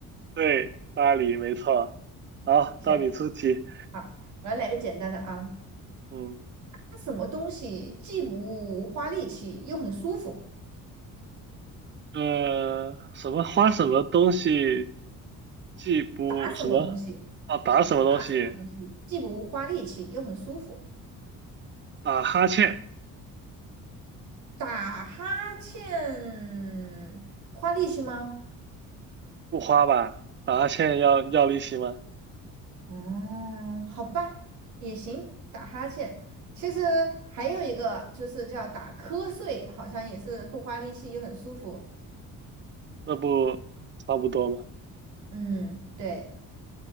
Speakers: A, on the right (about 35°); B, on the right (about 65°).
A: 对，巴黎没错。好，
B: <laughs> 行。
A: 到你出题。
B: 好，我要来个简单的啊，
A: 嗯，
B: 打什么东西既不花力气又很舒服？
A: 呃，什么花什么东西既不什么啊打什么东西
B: 打什么东西？打既不花力气又很舒服？
A: 打哈欠
B: 打哈欠花力气吗？
A: 不花吧？打哈欠要要利息吗？
B: 嗯，好吧，也行，打哈欠。其实还有一个就是叫打瞌睡，好像也是不花力气又很舒服。
A: 那不差不多吗？
B: 嗯，对，